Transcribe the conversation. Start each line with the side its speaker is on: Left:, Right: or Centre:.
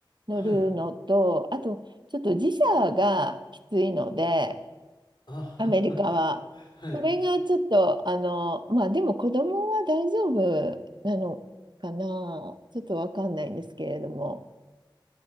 Right: 乗るのと、
Left: はい。
Right: あと、ちょっと時差がきついので、
Left: あ、
Right: アメリカは。
Left: <laughs> はい。
Right: それがちょっと、あの、まあでも子供は大丈夫なのかな、ちょっとわかんないんですけれども、